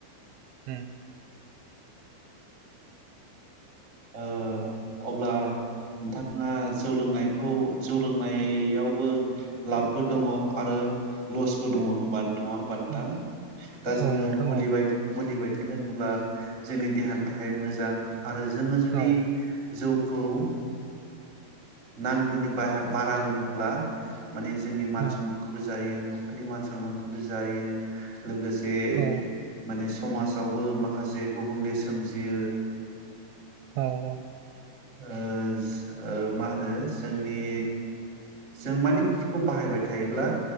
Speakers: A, on the right; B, on the right.
A: उम।
B: ओं अब्ला। नोंथाङा जौ लोंनायखौ जौ लोंनायावबो लाबबो दङ आरो। लसबो दं नङा होनबा नोंथां
A: औ
B: दा जोङो
A: औ नोंथां
B: मुलि
A: औ
B: बायदि लोङोब्ला जोंनि देहानि थाखाय मोजां आरो जोङो जुदि
A: औ
B: जौ। गौ ओ नांगौनि बा बारा लोङोब्ला माने जोंनि मान
A: औ
B: सनमानखौबो जायो न'खरनि मान सनमानखौबो जायो लोगोसे
A: औ
B: माने समाजावबो माखासे गुबुंले सोमजियो
A: औ औ
B: ओस ओ मा होनो जोंनि जों मानि बेफोरखौ बाहायबाय थायोब्ला